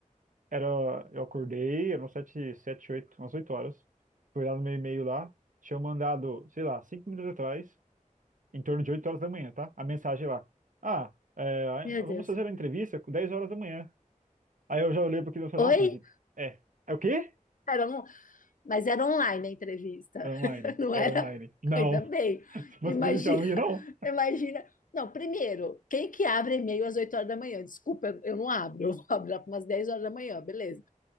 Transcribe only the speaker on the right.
era. Eu acordei, eram sete, sete, oito, umas oito horas. Fui lá no meu e-mail lá, tinha mandado, sei lá, cinco minutos atrás, em torno de oito horas da manhã, tá? A mensagem lá. Ah, é,
vamos
fazer a entrevista com 10 horas da manhã. Aí eu já olhei pro cliente e falei,
não acredito. É. É o quê?
Era online.
Era
online. Não.
<laughs> Se fosse
presencial, não
ia, não.